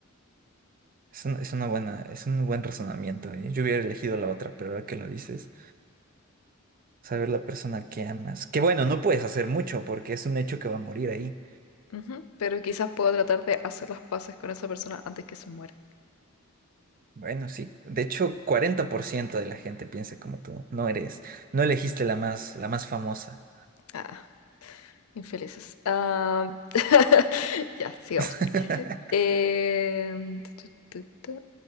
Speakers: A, on the right; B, on the left.
A: Es un- es una buena, es un buen razonamiento, ¿eh? Yo hubiera elegido la otra, pero ahora que lo dices, saber la persona que amas. Que bueno, no puedes hacer mucho porque es un hecho que va a morir ahí.
B: Ujú, Pero quizás puedo tratar de hacer las paces con esa persona antes que se muera.
A: Bueno, sí. De hecho, 40% de la gente piensa como tú. No eres, no elegiste la más, la más famosa.
B: Ah, infelices. Ah, <laughs> ya, sigamos.
A: <laughs>
B: Eh, tu, tu, tu, tu,